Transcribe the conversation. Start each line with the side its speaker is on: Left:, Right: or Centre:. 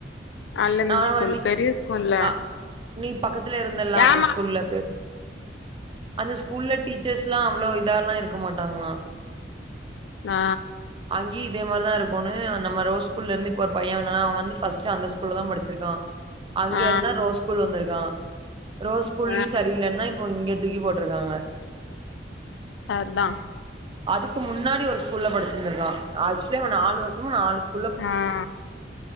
Left: அல்லமின்
Right: ஆமா
Left: ஸ்கூல்
Right: நீ
Left: பெரிய ஸ்கூல்ல
Right: ஆ நீ பக்கத்துல இருந்தல்ல
Left: ஏமா
Right: அந்த ஸ்கூ ஸ்கூல்ல பேய் அந்த ஸ்கூல்ல டீச்சர்ஸ்லா அவ்ளோ இதால்லா இருக்க மாட்டாங்ளா
Left: நா
Right: அங்கேயு இதே மாரிதா இருக்குனு நம்ம ரோ ஸ்கூல இருந்து இப்ப ஒரு பைய வந்தான அவ வந்து ஃபஸ்ட்டு அந்த ஸ் ஸ்கூல்ல தா படிச்சிருக்கா அங்க
Left: ஆ
Right: இருந்தா ரோ ஸ்கூல் வந்திருக்கா ரோஸ்கூல்லயு
Left: ஆ
Right: சரியில்லன் தா இப்போ இங்க தூக்கி போட்ருக்காங்க
Left: சர் தா
Right: அதுக்கு முன்னாடி ஒரு ஸ்கூல்ல படிச்சிருந்திருக்கா ஆக்சுவலி நாலு வருஷமு நாலு ஸ்கூ
Left: ம்